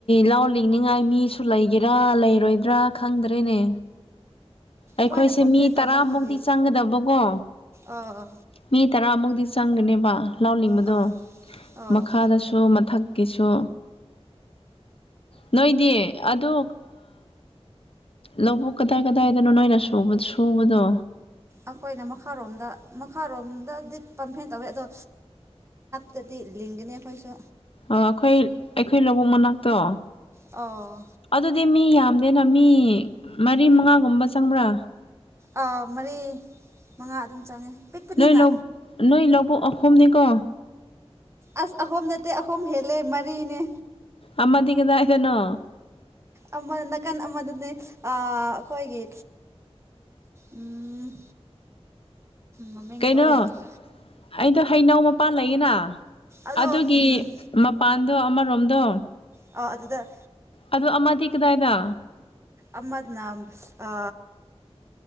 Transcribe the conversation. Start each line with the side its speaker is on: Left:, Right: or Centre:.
Left: ꯂꯥꯎ ꯂꯤꯡꯅꯤꯡꯉꯥꯏ ꯃꯤꯁꯨ ꯂꯩꯒꯦꯔꯥ ꯂꯩꯔꯣꯏꯕ꯭ꯔꯥ ꯈꯪꯗ꯭ꯔꯦꯅꯦ ꯑꯩꯈꯣꯏꯁꯦ
Right: ꯂꯣꯏꯅ ꯄꯝꯐꯦꯟ
Left: ꯃꯤ
Right: ꯇꯧꯅꯕꯒꯤ
Left: ꯇꯔꯥꯃꯨꯛꯇꯤ ꯆꯪꯒꯗꯕꯀꯣ
Right: ꯑꯥ ꯑ
Left: ꯃꯤ ꯇꯔꯥꯃꯨꯛꯇꯤ ꯆꯪꯒꯅꯦꯕ ꯂꯧ ꯅꯤꯡꯕꯗꯣ
Right: ꯑꯥ ꯑꯥ
Left: ꯃꯈꯥꯗ ꯁꯨ ꯃꯊꯛꯀꯤꯁꯨ ꯅꯣꯏꯗꯤ ꯑꯗꯨ ꯂꯧꯕꯨꯛ ꯀꯗꯥꯏ ꯀꯗꯥꯏꯗꯅꯣ ꯅꯣꯏꯅ ꯁꯨꯕꯗꯣ
Right: ꯑꯩꯈꯣꯏꯅ ꯃꯈꯥꯔꯣꯝꯗ ꯃꯈꯥꯔꯣꯝꯗꯗꯤ ꯄꯝꯐꯦꯟ ꯇꯧꯋꯤ ꯑꯗꯣ ꯗꯗꯤ ꯂꯤꯡꯒꯅꯤ ꯑꯩꯈꯣꯏꯁꯨ
Left: ꯑꯩꯈꯣꯏ ꯑꯩꯈꯣꯏ ꯂꯧꯕꯨꯛ ꯃꯅꯥꯛꯇꯣ
Right: ꯑꯥ
Left: ꯑꯗꯨꯗꯤ ꯃꯤ ꯌꯥꯝꯗꯦꯅ ꯃꯤ ꯃꯔꯤ ꯃꯉꯥꯒꯨꯝꯕ ꯆꯪꯕ꯭ꯔꯥ
Right: ꯥ ꯃꯔꯤ ꯃꯉꯥ ꯑꯗꯨꯝ ꯆꯪꯉꯦ ꯄꯤꯛꯄꯅꯤꯅ
Left: ꯅꯣꯏ ꯅꯣꯏ ꯂꯧꯕꯨꯛ ꯑꯍꯨꯝꯅꯤꯀꯣ
Right: ꯑꯁ ꯑꯍꯨꯝ ꯅꯠꯇꯦ ꯑꯍꯨꯝ ꯍꯦꯜꯂꯦ ꯃꯔꯤꯅꯦ
Left: ꯑꯃꯗꯤ ꯀꯗꯥꯏꯗꯅꯣ
Right: ꯑꯃꯗ ꯅꯥꯀꯟ ꯑꯃꯗꯅꯦ ꯑ ꯑꯩꯈꯣꯏꯒꯤ ꯎꯝ ꯃꯃꯤꯡꯗꯣ
Left: ꯀꯩꯅꯣ
Right: ꯑꯩ ꯍꯟꯗꯛ
Left: ꯑꯩꯗꯣ ꯍꯩꯅꯧ ꯃꯄꯥꯟ ꯂꯩꯌꯦꯅ
Right: ꯑꯗꯣ
Left: ꯑꯗꯨꯒꯤ
Right: ꯎꯝ
Left: ꯃꯄꯥꯟꯗꯣ ꯑꯃꯔꯣꯝꯗꯣ
Right: ꯑ ꯑꯗꯨꯗ
Left: ꯑꯗꯣ ꯑꯃꯗꯤ ꯀꯗꯥꯏꯗ
Right: ꯑꯃ ꯅꯥꯝ ꯑ